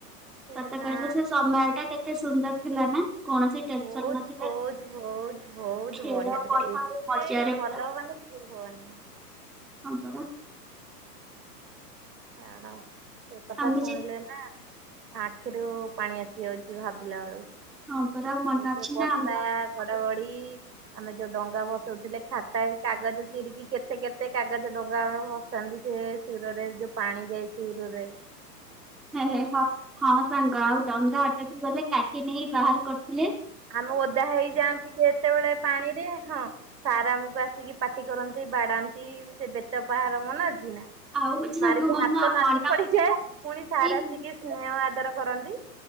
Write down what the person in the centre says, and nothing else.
ସତ
କହିଲ ସେ ସମୟ ଟା କେ କେତେ ସୁନ୍ଦର ଥିଲା ନା? କୌଣସି ଟେନସନ
ନଥିଲା।
ଖେଳ
ପଢା
ଆଉ ମଜାରେ ପୁରା
ହଁ ପରା।
ଆମେ
ଯେ
ହଁ ପରା ଆଉ ମନେ
ଅଛି
ନା ଆମେ
ହଁ ହଁ ସାଙ୍ଗ ଆଉ ଡଙ୍ଗା ଅଟକି ଗଲେ କାଠି ନେଇ ବାହାର କରିଥିଲେ।
ଆଉ ଗୋଟେ ସାଙ୍ଗ
ମନ
ମନ
ଏଇ